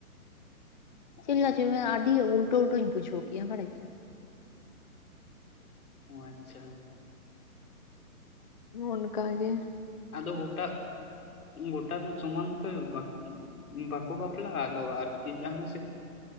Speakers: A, on the left; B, on the left.
A: ᱪᱮᱫ
B: ᱚ
A: ᱞᱮᱠᱟ
B: ᱟᱪᱪᱷᱟ
A: ᱪᱚᱭ ᱡᱮ ᱟᱹᱰᱤ ᱩᱞᱴᱟᱹ ᱩᱞᱴᱟᱹᱧ ᱵᱩᱡᱷᱟᱹᱣ ᱠᱮᱫᱼᱟ ᱵᱟᱲᱟᱭ ᱠᱮᱜᱼᱟ ᱾
B: ᱚ ᱟᱪᱪᱷᱟ᱾
A: ᱚᱱᱠᱟᱜᱮ ᱾
B: ᱟᱫᱚ ᱜᱚᱴᱟ ᱜᱚᱴᱟ ᱫᱚ ᱥᱚᱢᱟᱱ ᱛᱮ ᱵᱟᱠᱤ ᱵᱟᱠᱚ ᱵᱟᱯᱞᱟᱜᱼᱟ ᱟᱫᱚ ᱟᱨᱠᱤ ᱡᱟᱦᱟᱸ ᱥᱮᱫ